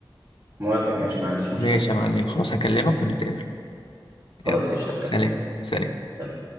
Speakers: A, on the right (about 35°); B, on the left (about 80°).
A: موافق ماشي ما عنديش مشكله
B: ماشي يا معلم خلاص هكلمك ونتقابل
A: خلاص
B: يلا
A: قشطه الكلام
B: سلام سلام
A: سلام